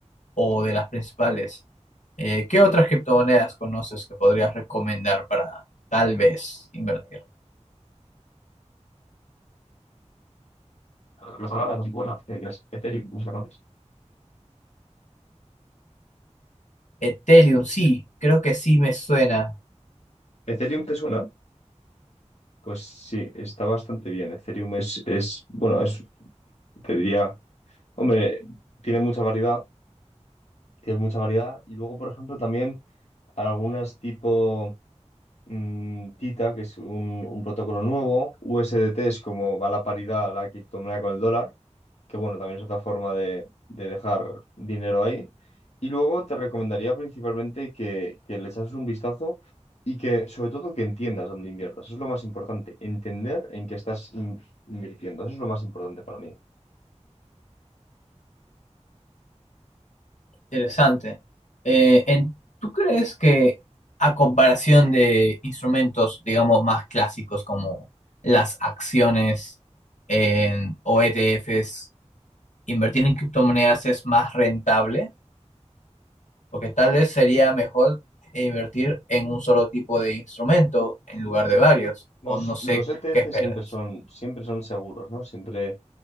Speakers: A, on the left; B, on the left.
A: o de las principales. Eh, ¿qué otras criptomonedas conoces que podrías recomendar para tal vez invertir?
B: Las palabras, las buenas, eh, las Ethereum, ¿no la conoces?
A: Ethereum, sí, creo que sí me suena
B: ¿Ethereum te suena? Pues sí, está bastante bien. Ethereum es, es, bueno, es, te diría, hombre, tiene mucha variedad, tiene mucha variedad. Y luego, por ejemplo, también algunas tipo. mm, Tita, que es un, un protocolo nuevo, U S D T es como va la paridad, la criptomoneda con el dólar, que bueno, también es otra forma de, de dejar dinero ahí. Y luego te recomendaría principalmente que, que le echases un vistazo y que sobre todo que entiendas dónde inviertas. Eso es lo más importante, entender en qué estás in- invirtiendo. Eso es lo más importante para mí.
A: interesante. Eh, en- ¿tú crees que a comparación de instrumentos, digamos, más clásicos como las acciones en- o ETFs, invertir en criptomonedas es más rentable, porque tal vez sería mejor eh, invertir en un solo tipo de instrumento en lugar de varios,
B: Los,
A: o no sé
B: los ETF
A: qué esperas.
B: siempre son, siempre son seguros, ¿no? Siempre